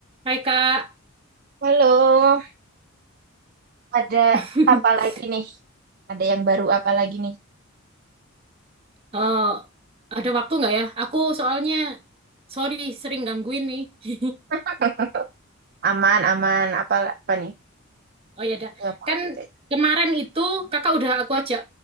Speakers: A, on the right; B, on the right.
A: Hai Kak,
B: Halo, ada
A: <laughs>
B: apa lagi nih? Ada yang baru apa lagi nih?
A: Eh, ada waktu nggak ya? Aku soalnya, sorry sering gangguin nih. <laughs>
B: <laughs> Aman, aman. Apa, apa nih
A: Oh ya, dah.
B: yang mau
A: Kan
B: ditanya?
A: kemarin itu Kakak udah aku ajak